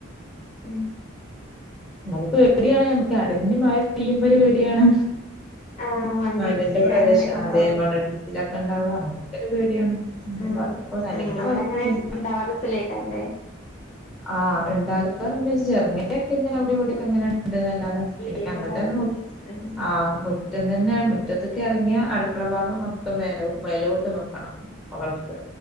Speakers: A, on the left (about 30°); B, in the centre.
A: ഉം
B: ഇന്നാലും പേടിയാണ് നമുക്ക് അടഞ്ഞ് മഴ പെയ്യുമ്പ ഒരു പേടിയാണ്.
A: ആഹ് മണ്ണിടിച്ച്
B: മലന്റെ പ്രദേശം
A: അങ്ങനത്തൊക്കെ ഉണ്ടാവ
B: അതേ <unintelligible> അങ്ങനത്തെ ഒരു പേടിയാണ്. പിന്നെ
A: ഉം
B: കുഴപ്പമൊന്നും അല്ലെങ്കിൽ
A: ഉം അവടെ
B: കുഴപ്പമൊന്നുമില്ല
A: അങ്ങനെ ഇണ്ടാവാത്തെ സ്ഥലേക്കാരല്ലേ?
B: ആ <unintelligible> ചെർങ്ങനെയൊക്കെ ഇങ്ങനെ അവടേം ഇവടേം ക്കെങ്ങനെ ഇണ്ട് ന്നല്ലാതെ
A: രീതിയന്നെ
B: പിന്നെ ഞങ്ങൾടെന്ന്
A: ഉണ്ടാവൂലേ
B: മു
A: ഏഹ്
B: ആ മു മുറ്റം തന്നെ മുറ്റത്തക്കെ എറങ്ങിയ അടുക്കള ഭാഗം മൊത്തം വേ വേലോട്ട് നോക്കണം മുകൾക്ക്